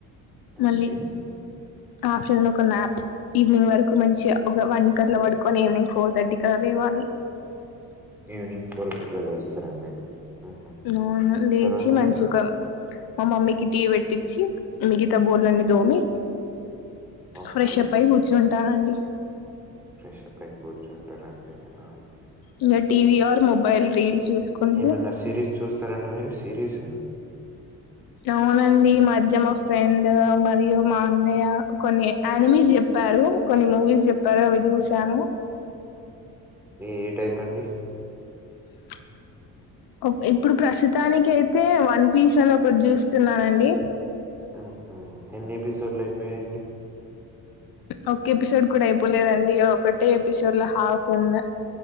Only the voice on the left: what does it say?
మళ్ళీ ఆఫ్టర్నూన్ ఒక న్యాప్ ఈవినింగ్ వరకు మంచి ఒక వన్ కట్లా వడుకొని ఈవినింగ్ ఫోర్ థర్టీకలా లేవాలి. వింజ
అవును లేచి
మంచిగా
మా మమ్మీకి టీ వెట్టిచ్చి మిగతా బోల్లన్ని దోమి
ఫ్రెష్ప్
అయి గూర్చుంటానండి.
ఇంగ టీవీ ఆర్ మొబైల్ రీల్స్ జూస్కుంటూ
అవునండి మధ్య జమ్ వస్తాయండ్ ఓ మది మా అన్నయ్య కొన్ని ఆనిమీజ్ జెప్పారు కొన్ని మూవీస్ జెప్పారు. అరవై జూసాను
ప్చ్ ఓప్ ఇప్పుడు ప్రస్సుతానికైతే వన్ పీస్ అనొకట్ జూస్తున్నానండి.
ఒక్క ఎపిసోడ్ కూడ అయిపోలేదండి ఒకటే ఎపిసోడ్ లో హాఫ్ ఉన్న